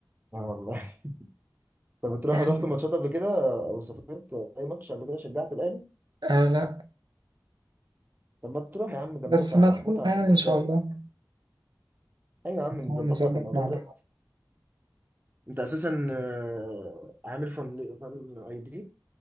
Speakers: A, on the right; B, on the right.
A: اه والله <laughs> طب بتروح
B: يعني
A: رحت ماتشات قبل كده او سافرت اي ماتش قبل كده شجعت الاهلي؟
B: آه لا
A: طب ما تروح يا عم ده
B: بس
A: متعة
B: ملحوقة
A: متعة في
B: يعني
A: الاستاد
B: إن شاء الله
A: ايوه يا عم
B: نحاول
A: نظبط
B: نظبط
A: لك الموضوع
B: مع
A: ده
B: بعض
A: انت اساسا آه، عامل فن فن اي دي